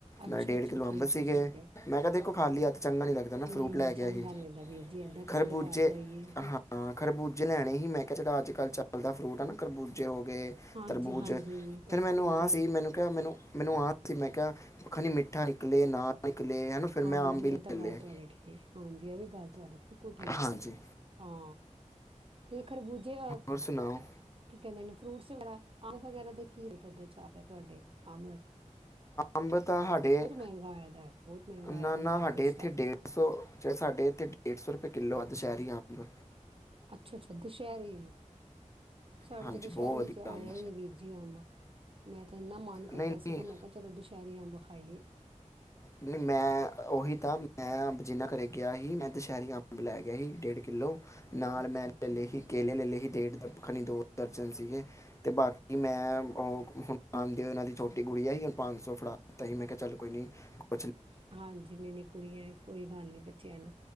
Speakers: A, on the right (about 45°); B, on the left (about 25°).
A: ਅੱਛਾ
B: ਨਾਲ ਡੇਢ
A: ਅੱਛਾ
B: ਕਿੱਲੋ
A: ਠੀਕ
B: ਅੰਬ ਸੀਗੇ।
A: ਹੈ ਠੀਕ ਹੈ
B: ਮੈਂ ਕਿਹਾ ਦੇਖੋ ਖਾਲੀ ਹੱਥ ਚੰਗਾ ਨਈਂ ਲੱਗਦਾ ਨਾ ਫਰੂਟ
A: ਨਹੀਂ
B: ਲੈ
A: ਨਹੀਂ
B: ਗਿਆ
A: ਚੰਗਾ
B: ਸੀ
A: ਨੀ ਲੱਗਦਾ ਵੀਰ ਜੀ ਏਦਾਂ ਕਿਸੇ
B: ਖਰਬੂਜੇ।
A: ਦੇ ਘਰ ਜਾਈਏ ਹਨਾ।
B: ਹਾਂ। ਕਰਰਬੂਜੇ ਲੈਣੇ ਹੀ ਮੈਂ ਕਿਹਾ ਜਿਹੜਾ ਅੱਜ ਕੱਲ ਚ ਦਾ ਫਰੂਟ ਨਾ ਕਰਰਬੂਜ ਉੱਚੇ ਹੋ ਗਏ
A: ਹਾਂਜੀ
B: ਤਰਬੂਜ
A: ਹਾਂਜੀ ਤਰਬੂਜ
B: ਫਿਰ ਮੈਨੂੰ ਆਹ ਸੀ ਮੈਨੂੰ ਕਿਹਾ ਮੈਨੂੰ ਮੈਨੂੰ ਆ ਸੀ ਮੈਂ ਕਿਹਾ ਖਣੀ ਮਿੱਠਾ ਲੇ ਨਾ ਨਿਕਲੇ ਹਨਾ ਫਿਰ
A: ਹਾਂਜੀ
B: ਮੈਂ ਆਮ ਵੀ
A: ਇਹ
B: ਲੈ
A: ਤਾਂ ਗੱਲ
B: ਲਏ
A: ਤੁਹਾਡੀੇ ਠੀਕ ਹਾਂਜੀ ਇਹ ਵੀ ਗੱਲ ਤੁਹਾਡੀ ਬਿਲਕੁਲ ਠੀਕ
B: ਹਾਂਜੀ
A: ਹਾਂ ਤੇਖਰਬੂਜੇ ਅ
B: ਹੋਰ ਸੁਣਾਓ
A: ਕੀ ਕਹਿੰਦੇ ਨੇ ਫਰੂਟਸ ਵਗੈਰਾ ਅੰਬ ਵਗੈਰਾ ਦੇ ਕੀ ਰੇਟ ਦੇ ਚ ਆਹੇ ਆ ਤੁਹਾਡੇ ਅ
B: ਅੰਬ ਤਾਂ ਸਾਡੇ
A: ਮਹਿੰਗਾ ਹੋਇਆ ਦਾ ਬਹੁਤ ਮਹਿੰਗਾ
B: ਨਾ
A: ਹੋਇਆ
B: ਨਾ
A: ਪੰਜਾਬ
B: ਸਾਡੇ
A: ਵਿੱਚ
B: ਇੱਥੇ
A: ਤਾਂ
B: ਡੇਢ ਸੌ ਸਾਡੇ ਇੱਥੇ ਡੇਢ ਸੌ ਰੁਪਏ ਕਿੱਲੋ ਦੁਸ਼ਹਿਰੀ ਆਬ
A: ਅੱਛਾ ਅੱਛਾ ਦੁਸਹਿਰੇ ਸਾਡੇ
B: ਹਾਂਜੀ
A: ਤਾਂ ਦੁਸਹਿਰੇ
B: ਬਹੁਤ ਵਧੀਆ
A: ਅਜੇ ਆਇਆ
B: ਅੰਬ
A: ਹੀ ਨਹੀਂ ਵੀਰ ਜੀ ਅੰਬਕ ਮੈਂ ਇੰਨਾ ਮਨ ਕਰਦਾ
B: ਨਹੀਂ ਨਹੀਂ
A: ਸੀਗਾ ਮੈਂ ਕਿਹਾ ਚਲੋ ਦੁਸਹਿਰੇ ਆਬ ਆਈਏ
B: ਨਹੀਂ ਮੈਂ ਉਹੀ ਤਾਂ ਮੈਂ ਜਿੰਨਾ ਘਰੇ ਗਿਆ ਸੀ ਮੈਂ ਦੁਸਹਿਰੀ ਬਲੈਕ ਗਿਆ ਸੀ ਡੇਢ ਕਿੱਲੋ ਨਾਲ
A: ਅੱਛਾ
B: ਮੈਂ
A: ਅੱਛਾ
B: ਲੈੇ ਹੀ ਕੇਲੇ ਲੈੇ ਹੀ ਦੇੜ ਦਪੱਖਣੀ ਦੋ ਦਰਜਨ ਸੀਗੇ ਅਤੇ ਬਾਕੀ ਮੈਂ ਉਹ ਹੁਣ ਆ ਦਿਓ ਉਹਨਾਂ ਦੀ ਛੋਟੀ ਗੜੀ ਆ ਸੀ ਹੁਣ ਪੰਜ ਸੌ ਫੜਾ ਦਿੱਤਾ ਸੀ ਮੈਂ ਕਿਹਾ ਚੱਲ ਕੋਈ ਨਹੀਂ ਕੁਛ
A: ਹਾਂਜੀ ਨਨੀੀ ਕੁੜੀਆਂ ਕੋਈ ਗੱਲ ਨੀ ਬੱਚਿਆਂ ਨੂੰ